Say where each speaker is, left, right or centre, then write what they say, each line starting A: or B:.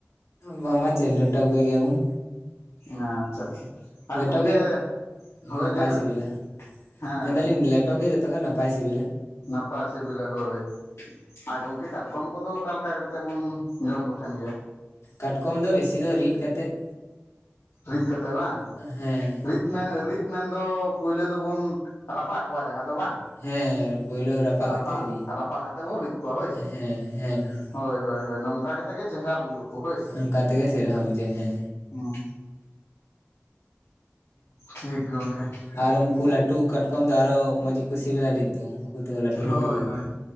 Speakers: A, on the left; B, on the left.
A: ᱵᱟᱝᱵᱟ ᱪᱮᱫ ᱞᱮᱴ ᱠᱚ ᱜᱮᱭᱟ ᱵᱚᱱ᱾
B: ᱟᱪᱪᱷᱟ ᱟᱪᱪᱷᱟ ᱟᱨ
A: ᱞᱮᱴᱚ
B: ᱜᱚᱝᱠᱮ
A: ᱜᱮ
B: ᱦᱳᱭ
A: ᱱᱟᱯᱟᱭ
B: ᱞᱟᱹᱭ ᱵᱮᱱ
A: ᱥᱤᱵᱤᱞᱟ᱾
B: ᱦᱮᱸ
A: ᱢᱮᱱᱫᱟ ᱞᱤᱧ ᱞᱮᱴ ᱜᱮ ᱡᱚᱛᱚ ᱠᱷᱚᱡ ᱱᱟᱯᱟᱭ ᱥᱤᱵᱤᱞᱟ᱾
B: ᱱᱟᱯᱟᱭ ᱥᱤᱵᱤᱞᱟ ᱦᱳᱭ᱾ ᱟᱨ ᱜᱚᱝᱠᱮ ᱠᱟᱴᱠᱚᱢ ᱠᱚᱫᱚ ᱚᱠᱟ ᱞᱮᱠᱟ ᱠᱟᱛᱮᱫ ᱵᱚᱱ ᱡᱚᱢ ᱠᱚ ᱛᱟᱦᱮᱱ ᱜᱮᱭᱟ?
A: ᱠᱟᱴᱠᱚᱢ ᱫᱚ ᱵᱤᱥᱤ ᱫᱚ ᱨᱤᱫᱽ ᱠᱟᱛᱮᱫ᱾
B: ᱨᱤᱫ ᱠᱟᱛᱮ ᱵᱟᱝ?
A: ᱦᱮᱸ ᱦᱮᱸ᱾
B: ᱨᱤᱫ ᱢᱮᱱ ᱨᱤᱫ ᱢᱮᱱ ᱫᱚ ᱯᱳᱭᱞᱳ ᱫᱚᱵᱚᱱ ᱨᱟᱯᱟᱜ ᱠᱚᱣᱟ ᱡᱟᱦᱟᱸ ᱫᱚ ᱵᱟᱝ?
A: ᱦᱮᱸ ᱯᱳᱭᱞᱳ
B: ᱨᱟᱯᱟᱜ
A: ᱠᱟᱛᱮᱫ ᱨᱤᱫ
B: ᱨᱟᱯᱟᱜ ᱠᱟᱛᱮ ᱵᱚᱱ ᱨᱤᱫ ᱠᱚᱣᱟ ᱦᱳᱭ ᱥᱮ᱾
A: ᱦᱮᱸ ᱦᱮᱸ ᱦᱮᱸ
B: ᱦᱳᱭ ᱦᱳᱭ ᱦᱳᱭ ᱱᱚᱝᱠᱟ ᱚᱱᱠᱟ ᱠᱟᱛᱮ ᱜᱮ ᱪᱮᱦᱨᱟ ᱵᱩᱡᱩᱜ ᱟᱠᱚ ᱦᱳᱭ ᱥᱮ᱾
A: ᱚᱱᱠᱟ ᱛᱮᱜᱮ ᱪᱮᱨᱦᱟ ᱵᱩᱡᱷᱟᱹᱜᱼᱟ ᱦᱮᱸ
B: ᱦᱮᱸ᱾ ᱴᱷᱤᱠ ᱜᱚᱢᱠᱮ᱾
A: ᱟᱨ ᱩᱝᱠᱩ ᱞᱟᱹᱴᱩ ᱠᱟᱴᱠᱚᱢ ᱫᱚ ᱟᱨᱚ ᱢᱚᱸᱡᱽ ᱜᱮᱠᱚ ᱥᱤᱵᱤᱞᱟ ᱨᱤᱫ ᱫᱚ᱾ ᱫᱚ ᱞᱟᱹᱴᱩ
B: ᱦᱳᱭ
A: ᱞᱟᱹᱴᱩ ᱠᱚ
B: ᱦᱳᱭ,